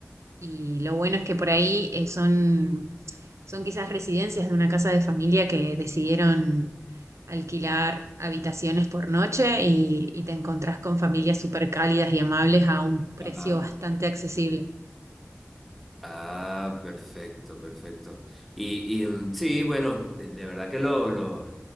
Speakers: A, on the right (about 90°); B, in the centre.
A: Y lo bueno es que por ahí eh, son, son quizás residencias de una casa de familia que decidieron alquilar habitaciones por noche y, y te encontrás con familias súper cálidas y amables a un precio
B: ajá.
A: bastante accesible.
B: Ah, perfecto, perfecto. Y, y, mm, sí, bueno, de, de verdad que lo, lo,